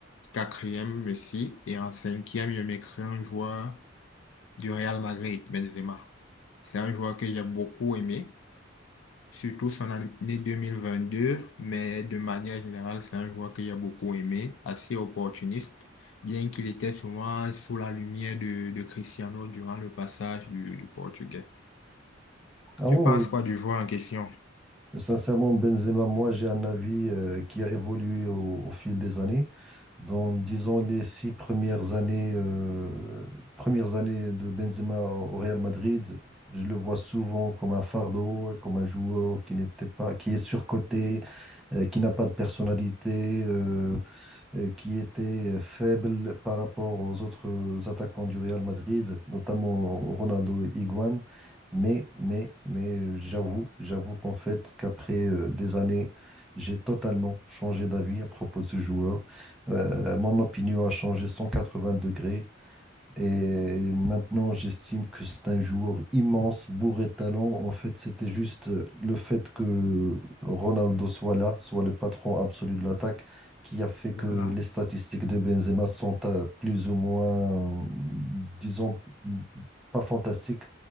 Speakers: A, on the left; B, in the centre.
A: quatrième Messi et en cinquième, je me crée un joueur du Real Madrid, Benzema. C'est un joueur que j'ai beaucoup aimé. surtout son année 2022, mais de manière générale, c'est un joueur que j'ai beaucoup aimé, assez opportuniste, bien qu'il était souvent sous la lumière de, de Cristiano durant le passage du, du Portugais.
B: Ah
A: Tu
B: ouais,
A: penses
B: ouais,
A: quoi du joueur en question?
B: Sincèrement, Benzema, moi, j'ai un avis euh, qui a évolué au, au fil des années. Dans, disons, les six premières années, euh, premières années de Benzema au Real Madrid, je le vois souvent comme un fardeau, comme un joueur qui n'était pas, qui est surcoté, euh, qui n'a pas de personnalité. euh, euh, qui était euh, faible par rapport aux autres attaquants du Real Madrid, notamment Ronaldo et Higuain. Mais, mais, mais j'avoue, j'avoue qu'en fait, qu'après euh, des années, j'ai totalement changé d'avis à propos de ce joueur. Euh, mon opinion a changé 180 degrés. Et maintenant, j'estime que c'est un joueur immense, bourré de talent. En fait, c'était juste euh, le fait que Ronaldo soit là, soit le patron absolu de l'attaque, qui a fait que
A: Voilà.
B: les statistiques de Benzema sont euh, plus ou moins, euh, disons, pas fantastiques.